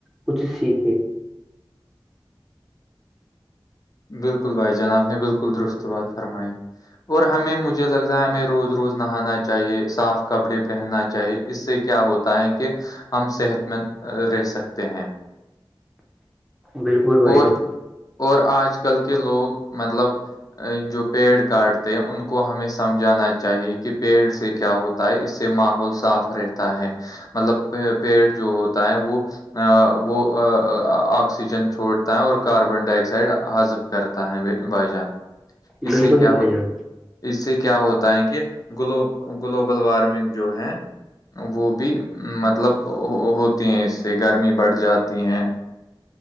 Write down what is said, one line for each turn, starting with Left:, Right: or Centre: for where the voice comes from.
Centre: کچھ سیکھے
Left: بالکل بھائی جناب نے بالکل درست بات فرمائی اور ہمیں مجھے لگتا ہے ہمیں روز روز نہانا چاہیے صاف کپڑے پہننا چاہیے اس سے کیا ہوتا ت کہہ ہم صحت مند رہ سکتے ہیں
Centre: بالکل بھائی
Left: اور
Centre: ج
Left: اور آج کل کے لوگ مطلب جو پیڑ کاٹتے ان کو ہمیں سمجھانا چاہیے کہ پیڑ سے کیا ہوتا ہے اس سے ماحول صاف رہتا ہے مطلب پیڑ جو ہوتا ہے وہ وہ آکسیجن چھوڑتا ہے اور کاربن ڈائی آکسائڈ حزب کرتا ہے بھائی جان اس
Centre: بالکل
Left: سے کیا
Centre: بھائی
Left: ہو
Centre: جان
Left: اس سے کیا ہوتا ہے کہ گلو گلوبل وارمنگ جو ہے وہ بھی مطلب ہوتی ہیں اس سے گرمی بڑھ جاتی ہیں